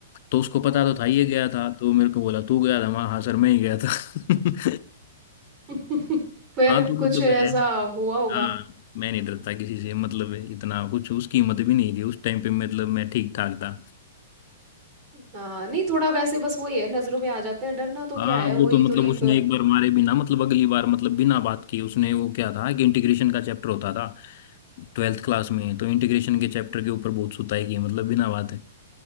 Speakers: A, on the left; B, on the right.
A: तो उसको पता तो था ये गया था तो मेरे को बोला तू गया था मैं हाँ सर मैं ही गया था <laughs>
B: <laughs> फिर
A: हाँ तो
B: कुछ
A: मतलब
B: ऐसा
A: है
B: हुआ होगा
A: हाँ मैं नहीं डरता किसी से मतलब इतना कुछ उसकी हिम्मत भी नहीं थी उस टाइम पे मतलब मैं ठीक ठाक था
B: हाँ नहीं थोड़ा वैसे बस वही है नजरों में आ जाते हैं डरना तो
A: हाँ
B: क्या है
A: वो
B: वही
A: तो मतलब
B: थोड़ी
A: उसने एक बार मारे बिना मतलब अगली बार मतलब बिना बात किए उसने वो क्या था कि इंटीग्रेशन का चैप्टर होता था ट्वेल्थ क्लास में तो इंटीग्रेशन के चैप्टर के ऊपर बहुत सुताई की मतलब बिना बात